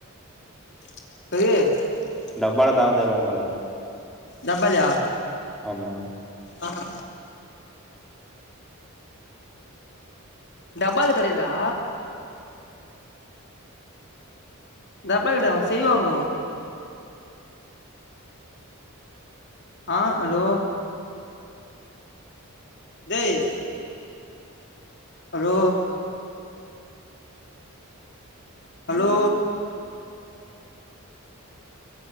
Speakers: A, on the left; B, in the centre.
A: <unintelligible>
B: டப்பால தான தருவாங்க
A: டப்பலாயா
B: ஆமா
A: ஆஹ டப்பால கெடயதுடா தப்பா கெடயது அவங்க செய்வாங்களோ ஆஹ் ஹலோ டேய் hello hello